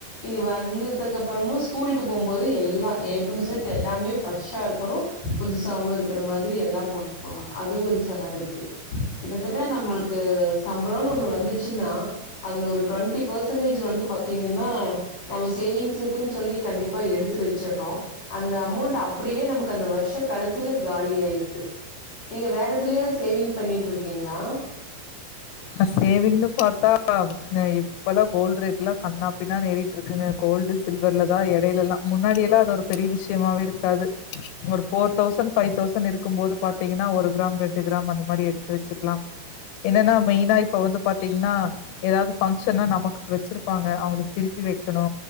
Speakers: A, on the left; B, on the left.
A: இனி வந்ததுக்கு அப்புறமு ஸ்கூலுக்கு போம்போது எல்லா எ நம்ம செட் எல்லாமே ஃப்ரஷ்ஷா இருக்கணு புதுசாவு இருக்குற மாதிரி எல்லா போட்டுட் போவாங்க அது ஒரு செலவு இருக்குது கிட்டத்தட்ட நம்மளுக்கு சம்பளொன்னு ஒன்னு வந்துச்சுன்னா அதுல ஒரு ட்வெண்டி பெர்சன்டஜ் வந்து பாத்தீங்கன்னா நம்ம சேவிங்ஸுக்குன் சொல்லி கண்டிப்பா எடுத்து வச்சர்றோ அந்த அமௌண்ட் அப்புடியே நமக்கு அந்த வருஷ கடைசில காலி ஆயிருது நீங்க வேற எதுலயா சேவிங் பண்ணிட்ருக்கீங்களா?
B: ந சேவிங்னு பாத்தா ந இப்பல்லா கோல்டு் ரேட்லா கன்னாப்பின்னானு ஏறிட்ருக்குங்க கோல்டு சில்வர்லதா எடைலலா முன்னாடியெல்லா அது ஒரு பெரிய விஷ்யமாவே இரு க்காது ஒரு ஃபோர் தௌசண்ட் ஃபை தௌசண்ட் இருக்கும் போது பாத்தீங்கனா ஒரு கிராம் ரெண்டு கிராம் அந்த மாரி எடுத்து வச்சுக்லா என்னனா மெயினா இப்ப வந்து பாத்திங்னா எதாவ்து ஃபங்ஷன்னா நமக்கு வச்சிருப்பாங்க அவுங்களுக்கு திருப்பி வக்கணு